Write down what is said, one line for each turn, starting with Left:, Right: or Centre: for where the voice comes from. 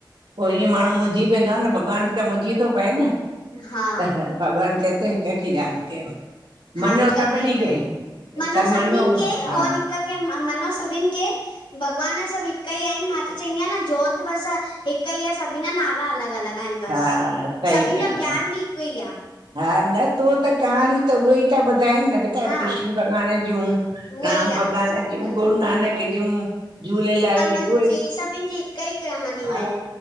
Right: पो ईअं माण्हू मुंझी पवंदो आ न भॻवान बि त मुंझी थो पए न,
Left: हा हा
Right: त भॻवान चए थो हिक खे याद कयो।
Left: हा
Right: मञियो
Left: हिक
Right: सभिनी
Left: खे हि कयो
Right: सभु
Left: मनो सभिनिन
Right: मञियो
Left: खे
Right: हा
Left: और हिक खे मनो सभिन खे भॻवान सभ हिक ई आहिन मां त चईंदी आयां न जोत बस हिक ई हा सभिन जा नाला अलॻ अलॻ आहिन
Right: हा
Left: बस
Right: सही
Left: सभिन
Right: ॻाल्हि
Left: जो
Right: आहे
Left: ज्ञान बि हिक ई आ।
Right: हा न तूं त कहाणी त उहे ई था ॿुधाइन न त
Left: हा
Right: कृष्ण भॻवान ज़युं,
Left: उहा
Right: राम
Left: ई
Right: भॻवान
Left: आहे
Right: जंयु, गुरू नानक जंयु। झूलेलाल ॼी
Left: मन
Right: उहे ई
Left: जी सभिनि जी हिक ई कहानियूं
Right: ह
Left: आहिनि